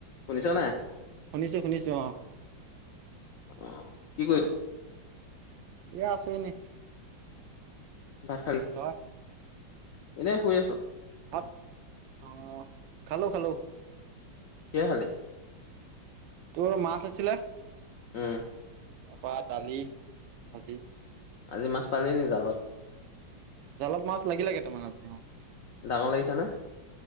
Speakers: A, on the left (about 75°); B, on the right (about 80°).
A: শুনিছ নাই?
B: শুনিছো শুনিছো অ।
A: অ কি কৰি
B: এয়া আছো এনে।
A: ভাত খালি?
B: ত‌ই?
A: এনেই শুই আছো।
B: ভাত অ খালো খালো।
A: কিহে খালি?
B: তোৰ মাছ আছিলে।
A: উম।
B: তাৰ পৰা দালি, ভাজি।
A: আজি মাছ পালি নি জালত?
B: জালত মাছ লাগিলে কেইটামান আজি অ।
A: ডাঙৰ লাগিছেনে?